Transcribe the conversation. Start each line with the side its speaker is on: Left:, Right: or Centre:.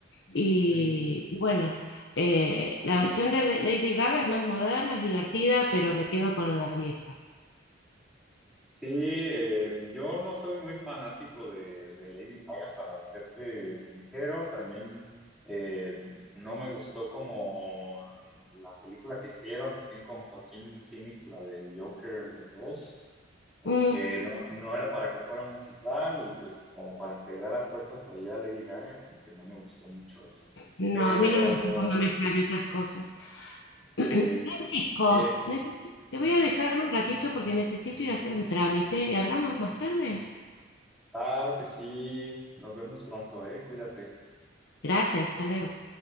Left: Y,
Centre: Ujú.
Left: y bueno, eh, la versión de Lady Gaga es más moderna, es divertida, pero me quedo con la vieja.
Centre: Sí, eh, yo no soy muy fanático de, de Lady Gaga, para serte sincero. También eh, no me gustó como la película que hicieron recién con Joaquín Phoenix, la del Joker dos. Como
Left: Mm,
Centre: que no, no era para que fuera un musical y pues como para integrar a fuerzas allá a Lady Gaga, como que no me gustó mucho eso.
Left: no,
Centre: Pero
Left: a mí no me gusta cuando mezclan esas cosas. <clears throat>
Centre: sí,
Left: Francisco,
Centre: eh,
Left: neces-
Centre: ujú.
Left: te voy a dejar un ratito porque necesito ir a hacer un trámite y hablamos más tarde.
Centre: claro que sí. Nos vemos pronto, eh. Cuídate.
Left: Gracias, hasta luego.